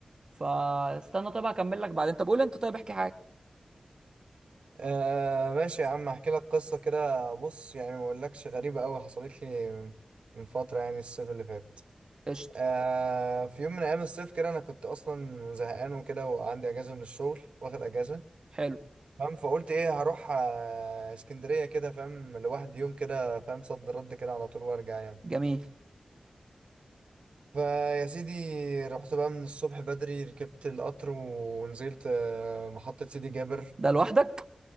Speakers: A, on the right; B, on the right.
A: فاستنى طيب هكمل لك بعدين طب قول انت طيب احكي حاجه
B: آه ماشي يا عم احكي لك قصه كده بص يعني ما اقولكش غريبه قوي حصلت لي من فتره يعني الصيف اللي فات
A: قشطه
B: آه في يوم من ايام الصيف كده انا كنت اصلا زهقان وكده وعندي اجازه من الشغل واخد اجازه
A: حلو
B: فاهم فقلت ايه هروح آه، اسكندريه كده فاهم لوحدي يوم كده فاهم صد رد كده على طول وارجع يعني
A: جميل
B: فيا سيدي رحت بقى من الصبح بدري ركبت القطر ونزلت آه، محطه سيدي جابر
A: ده لوحدك